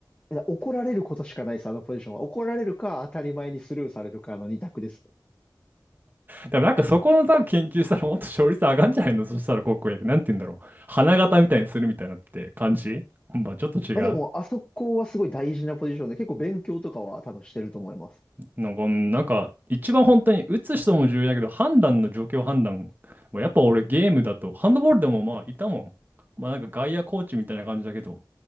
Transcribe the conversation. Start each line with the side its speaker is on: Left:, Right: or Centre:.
Left: いや怒られることしかないです、あのポジションは。怒られるか、当たり前にスルーされるかの二択ですね。
Right: でも、なんかそこのさ、研究したら、もっと勝率上がんじゃないのそしたら、高校野球、なんて言うんだろう。花形みたいにするみたいなって感じまあ、ちょっと違う。
Left: あ、でも、あそこはすごい大事なポジションで、結構勉強とかは多分してると思います。
Right: なんか、うんなんか、一番本当に、打つ人も重要だけど、判断の状況判断。もやっぱ俺、ゲームだと、ハンドボールでもまあ、いたもん。まあ、なんか外野コーチみたいな感じだけど。